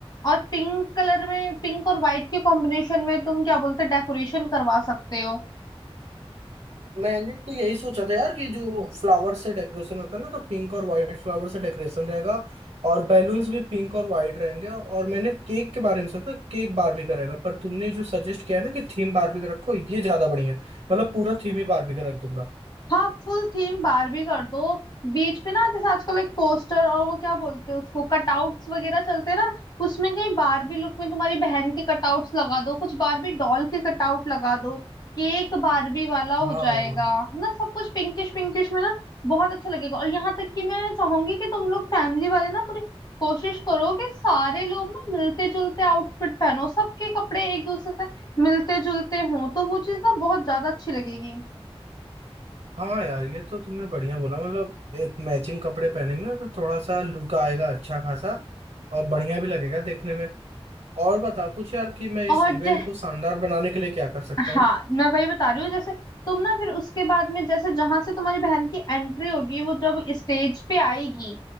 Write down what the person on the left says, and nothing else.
और पिंक कलर में पिंक और व्हाइट के कॉम्बिनेशन में तुम क्या बोलते डेकोरेशन करवा सकते हो
हाँ फुल थीम बारबी कर दो बीच पे ना जैसे आजकल एक पोस्टर और वो क्या बोलते हैं उसको कटआउट्स वगैरह चलते हैं ना उसमें कहीं बारबी लुक में तुम्हारी बहन के कटआउट्स लगा दो कुछ बारबी डॉल के कटआउट लगा दो केक बारबी वाला हो
जाएगा है ना सब कुछ पिंकिश पिंकिश में ना बहुत अच्छा लगेगा और यहाँ तक कि मैं चाहूंगी कि तुम लोग फैमिली वाले ना पूरी कोशिश करो कि सारे लोग ना मिलते जुलते आउटफिट पहनो सबके कपड़े एक दूसरे से मिलते जुलते हों तो वो चीज ना बहुत ज्यादा अच्छी लगेगी
और
जै-
हाँ मैं वही बता रही हूँ जैसे तुम ना फिर उसके बाद में जैसे जहां से तुम्हारी बहन की एंट्री होगी वो जब स्टेज पे आएगी